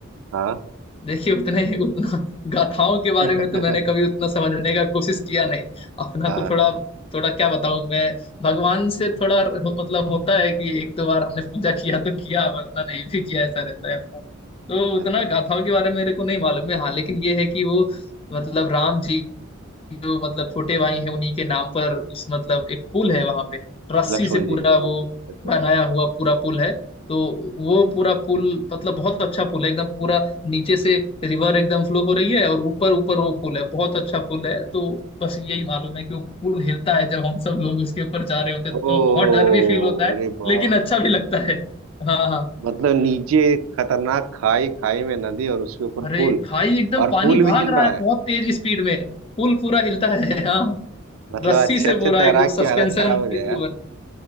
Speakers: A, on the right; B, on the left.
A: हाँ
B: देखिए उतने उतना गाथाओं के बारे
A: <laughs>
B: में तो मैंने कभी उतना समझने का कोशिश किया नहीं अपना
A: हाँ
B: तो थोड़ा थोड़ा क्या बताऊँ मैं भगवान से थोड़ा मतलब होता है कि एक दो बार हमने पूजा किया तो किया वरना नहीं भी किया ऐसा रहता है अपना तो उतना
A: अच्छा
B: गाथाओं के बारे में मेरे को नहीं मालूम है हाँ लेकिन ये है कि वो मतलब राम जी जो मतलब छोटे भाई हैं उन्हीं के नाम पर उस मतलब एक पुल है वहां पे रस्सी
A: लक्ष्मण
B: से पूरा
A: जी के नाम
B: वो
A: से अच्छा
B: बनाया
A: अच्छा
B: हुआ पूरा पुल है तो वो पूरा पुल मतलब बहुत अच्छा पुल है एकदम पूरा नीचे से रिवर एकदम फ्लो हो रही है और ऊपर ऊपर वो पुल है बहुत अच्छा पुल है तो बस यही मालूम है कि वो पुल हिलता है जब हम सब लोग उसके ऊपर जा रहे होते
A: ओ
B: हैं तो बहुत डर भी फील होता है
A: अरे बा
B: लेकिन अच्छा भी लगता है हाँ हाँ
A: मतलब नीचे खतरनाक खाई खाई में नदी और उसके ऊपर
B: अरे
A: पुल
B: खाई एकदम
A: और
B: पानी
A: पुल भी
B: भाग
A: हिल
B: रहा
A: रहा
B: है
A: है
B: बहुत तेज स्पीड में पुल पूरा हिलता है हाँ
A: मतलब
B: रस्सी
A: अच्छे
B: से
A: अच्छे
B: पूरा
A: तैराक
B: एकदम
A: की
B: सस्पेंशन
A: हालत खराब हो जाएगा
B: की तरह बन-